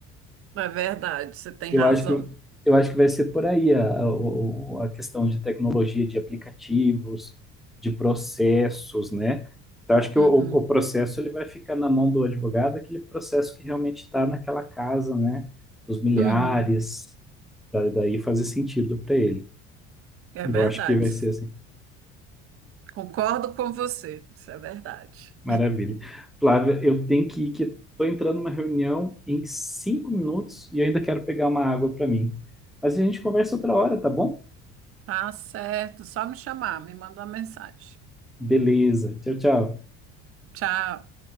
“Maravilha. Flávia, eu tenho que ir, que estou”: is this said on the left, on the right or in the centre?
Centre